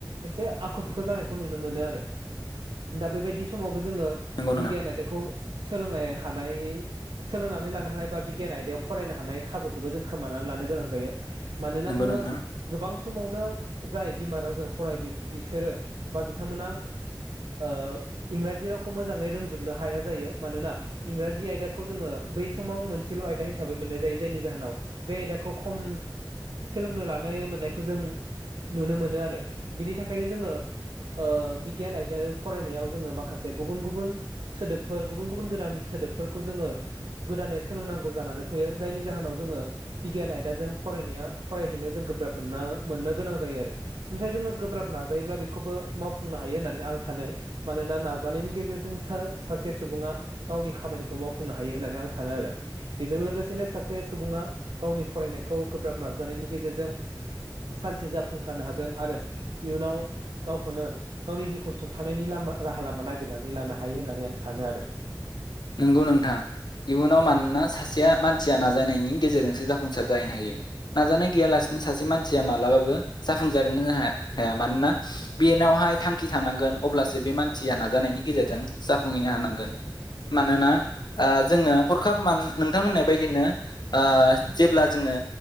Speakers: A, on the right (about 75°); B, on the left (about 60°).
A: एसे आख' फिख' जानायखौ नुनो मोनो आरो दा बे बायदि समावबो जोङो
B: नंगौ
A: बिगियान
B: नङा
A: आइदाखौ सोलोंनो हानाय सोलोंनानै लानो हानाय बा बिगियान आयदायाव फरायनो हानाय खाबुखौबो जों खोमानानै लानो गोनां जायो मानो जोंङो
B: नंगौ नोंथां
A: गोबां समावनो जाय बिमा रावजों फराय बिसोरो बा बिथांमोना ओ इंराजि रावखौ मोजाङै रोंजोबनो हाया जायो मानोना इंराजि आयदाखौ जोङो बै समाव मोनसेल' आयदा हिसाबै मोननाय जायो जायनि जाहोनाव बे आयदाखौ खम सोलोंनो लानाय मोननायखौ जों नुनो मोनो आरो। बिनि थाखायनो जोङो ओ बिगियान आयदाजों फरायनायाव जोङो माखासे गुबुन गुबुन सोदोबफोर गुबुन गुबुन गोदान सोदोबफोरखौ जोङो गोदानै सोलोंनांगौ जानानै फैयो जायनि जाहोनाव जोङो बिगियान आयदाजों फरायनाया फरायहैनो जों गोब्राब मोनना मोननो गोनां जायो आरो। नाथाय जोङो गोब्राब नाजायोब्ला बेखौबो मावफुंनो हायो होननानै आं सानो मानोना नाजानायनि गेजेरजों सा सासे सुबुङा गावनि खामानिखौ मावफुंनो हायो होननानै आं सानो आरो। बेजों लोगोसेनो सासे सुबुंङा गावनि फरायनायखौ गोब्राब ना नाजानायनि गेजेरजों सानसे जाफुंसारनो हागोन आरो इयुनाव गावखौनो गावनि जिउखौ सुंथानायनि लामा राहा लामा नागिरनानै लानो हायो होननानै आं सानो आरो।
B: नंगौ नोंथां इयुनाव मानोना सासेया मानसिया नाजानायनि गेजेरजोंसो जाफुंसार जाहैनो हायो नाजानाय गैयालासिनो सासे मानसिया मालाबाबो जाफुंसारो हाया मानोना बेनावहाय थांखि थानांगोन अब्लासो बे मानसिया नाजानायनि गेजेरजों जाफुंहैनो हानांगोन। मानोना ओ जोङो हरखाब मानो नोंथां होननाय बायदिनो ओ जेब्ला जोङो